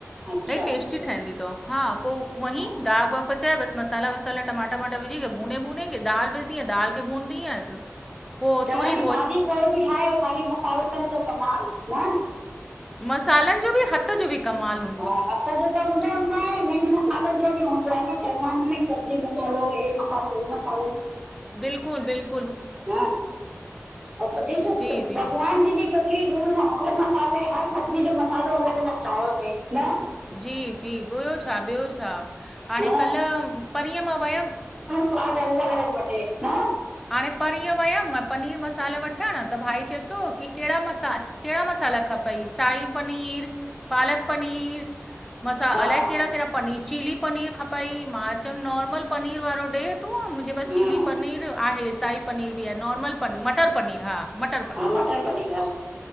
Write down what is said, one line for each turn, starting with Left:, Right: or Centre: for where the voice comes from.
Right: अच्छा
Centre: इल्हाई
Right: अच्छा
Centre: टेस्टी ठहंदी तव, हा पो उहंई
Right: हा
Centre: दाग वाग पचाए बस मसाला वसा ला टमाटा वमाटा विझि करे भुने- भुने के दाल विझंदी आंया, दाल खे भुनदी आहियांस, पो
Right: चवां
Centre: तूरी
Right: थी भाॼी कोई बि ठाहे, खाली मसाले जो कमाल न?
Centre: मसालनि जो बि, हथ जो बि कमाल हूंद
Right: हा, हथ जो त हूंदो नी न मेन मसालनि जो बि हूंदो आ न, चवंदा हिन न सब्जी मसालो, हे मसालो, हो मसालो।
Centre: बिल्कलु -बिल्कु
Right: हािस
Centre: जी जी
Right: भॻवान जी बि क <unintelligible> कि हुन हर मसाले, हर सब्जी जो मसालो अलॻि- अलॻि ठाहियो तई न?
Centre: जी-जी ॿियो छा? ॿियो छा? हाणें
Right: हा
Centre: कल्ह परींहं मां वयमि
Right: स्वाद अलॻ- अलॻ वठे न?
Centre: हाणें परीह वयमि पनीर मसाला वठणु, त भाई चए तो कि केहिड़ा मसा कहिड़ा मसाला खपई? शाही पनीर, पालक पनीर मसाल अलाए
Right: हा
Centre: कहिड़ा-
Right: हा
Centre: कहिड़ा पनीर चिली, पनीर खपई? मां चयमि नॉर्मल पनीर वारो ॾे तू, मुंहिंजे पास चिली
Right: हा
Centre: पनीर आहे, शाही पनीर बि आहे, नॉर्मल पनीर, मटर पनीर हा, मटर पनीर।
Right: हा मटर पनीर हा।